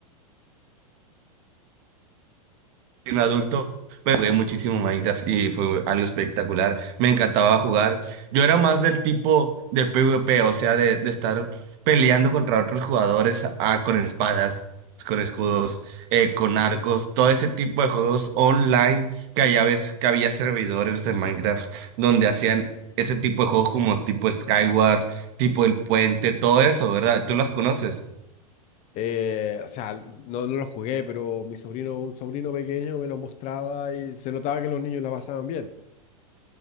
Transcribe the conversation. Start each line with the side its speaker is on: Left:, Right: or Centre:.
Right: Soy Un adulto, pero jugué muchísimo Minecraft y fue algo espectacular. Me encantaba jugar. Yo era más del tipo de PvP, o sea, de, de estar peleando contra otros jugadores ah, con espadas, con escudos, eh, con arcos, todo ese tipo de juegos online que allá ves que había servidores de Minecraft donde hacían ese tipo de juegos como tipo Skywars, tipo El Puente, todo eso, ¿verdad? ¿Tú las conoces?
Left: Eh, o sea, no, no lo jugué, pero mi sobrino, un sobrino pequeño me lo mostraba y se notaba que los niños la pasaban bien.